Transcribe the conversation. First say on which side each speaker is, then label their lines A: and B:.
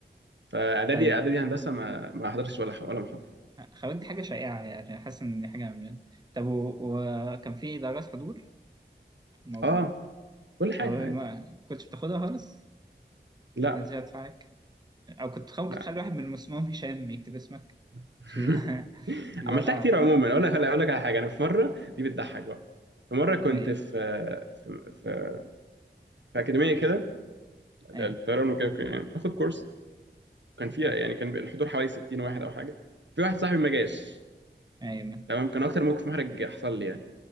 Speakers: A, on the right; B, on the right.
A: فاعدادي
B: طيب
A: اعدادي هندسه ما ما احضرش ولا ولا محاضره
B: خوات دي حاجة شائعة يعني حاسس إن دي حاجة من... طب و- وكان في درجات حضور في الموضوع؟
A: اه كل حاجه
B: طب ما
A: عادي
B: كنتش بتاخدها خالص؟
A: لا
B: محدش يدفع عليك؟ أو كنت ممكن
A: لا
B: تخلي واحد من المسموم هشام يكتب اسمك
A: <laughs>
B: في ال- <laughs> في الورقة
A: عملتها
B: أعتقد
A: كتير عموما اقول لك اقول لك على حاجه انا في مره دي بتضحك بقى في مره كنت
B: أي
A: في في في, في اكاديميه كده
B: أي
A: الطيران وكده كنت- يعني باخد كورس كان فيها يعني كان الحضور حوالي 60 واحد او حاجه في واحد صاحبي ما جاش
B: أي من
A: تمام كان اكتر موقف محرج حصل لي يعني